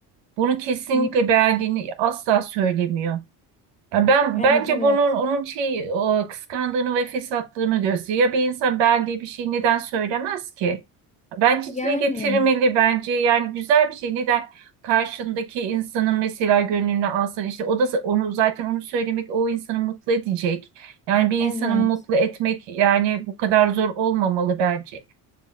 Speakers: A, on the right; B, on the left.
A: bunu kesinlikle
B: Hı.
A: beğendiğini asla söylemiyor. Ya Ben
B: Evet
A: bence
B: evet.
A: bunun onun şey o kıskandığını ve fesatlığını gösteriyor. Ya bir insan ben diye bir şey neden söylemez ki? Bence
B: Yani
A: dile getirmeli bence yani güzel bir şey. Neden karşındaki insanın mesela gönlünü alsan işte o da onu zaten onu söylemek o insanı mutlu edecek. Yani bir insanı
B: evet.
A: mutlu etmek yani bu kadar zor olmamalı bence.